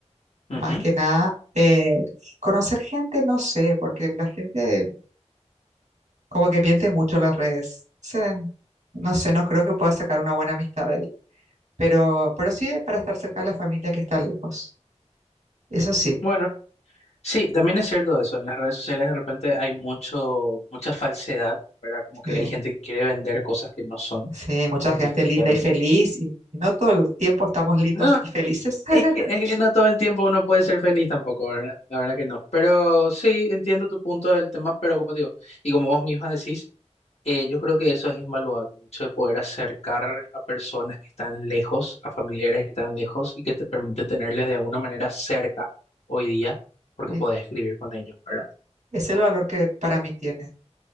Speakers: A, on the left; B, on the right.
A: Ujú.
B: Más que nada, eh, conocer gente, no sé, porque la gente como que miente mucho en las redes. Se- no sé, no creo que pueda sacar una buena amistad de ahí. Pero, pero sí para estar cerca de la familia que está lejos. Eso sí,
A: Bueno, sí, también es cierto eso, en las redes sociales de repente hay mucho, mucha falsedad, ¿verdad? Como que
B: eh,
A: hay gente que quiere vender cosas que no son,
B: sí, mucha gente
A: y eso sí
B: linda
A: hay.
B: y feliz, y, y no todo el tiempo estamos lindos
A: No,
B: y felices. <laughs>
A: Es que, es que no todo el tiempo uno puede ser feliz tampoco, ¿verdad? La verdad que no. Pero sí, entiendo tu punto del tema, pero como te digo, y como vos misma decís, eh, yo creo que eso es invaluable, el hecho de poder acercar a personas que están lejos, a familiares que están lejos y que te permite tenerles de alguna manera cerca hoy día, porque
B: Sí,
A: podés escribir con ellos, ¿verdad?
B: es el valor que para mí tiene.